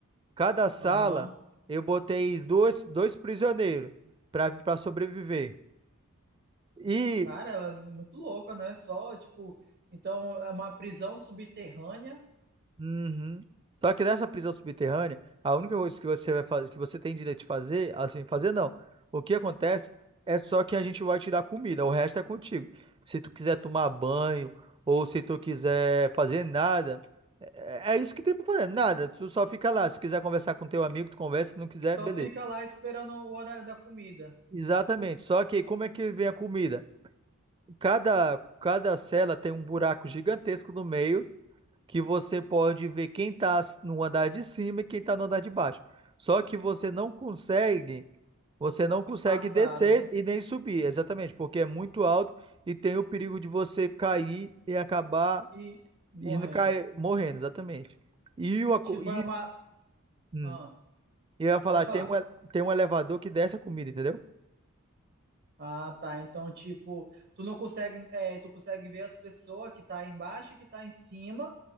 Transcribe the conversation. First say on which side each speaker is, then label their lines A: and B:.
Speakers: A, on the right (about 25°); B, on the right (about 45°).
A: Cada sala,
B: aham.
A: eu botei dois, dois prisioneiros para para sobreviver. E.
B: Cara, ela é muito louca, né? Só, tipo, então é uma prisão subterrânea,
A: Uhum. Só que nessa prisão subterrânea, a única coisa que você vai fazer, que você tem direito de fazer, assim, fazer não. O que acontece é só que a gente vai te dar comida, o resto é contigo. Se tu quiser tomar banho ou se tu quiser fazer nada, é, é isso que tem pra fazer, nada. Tu só fica lá. Se quiser conversar com teu amigo, tu conversa, se não quiser,
B: só
A: beleza.
B: fica lá esperando o horário da comida
A: Exatamente. Só que como é que vem a comida? Cada cada cela tem um buraco gigantesco no meio que você pode ver quem está no andar de cima e quem está no andar de baixo. Só que você não consegue, você não consegue
B: passar,
A: descer
B: né?
A: e nem subir, exatamente, porque é muito alto e tem o perigo de você cair e acabar
B: E morrendo.
A: e não cair, morrendo, exatamente. E, o, aco-
B: Tipo,
A: e,
B: é uma.
A: hum,
B: Ah,
A: e eu ia falar,
B: pode falar.
A: tem um, ele- tem um elevador que desce a comida, entendeu?
B: Ah, tá. Então, tipo, tu não consegue, é, tu consegue ver as pessoas que tá embaixo e que tá em cima,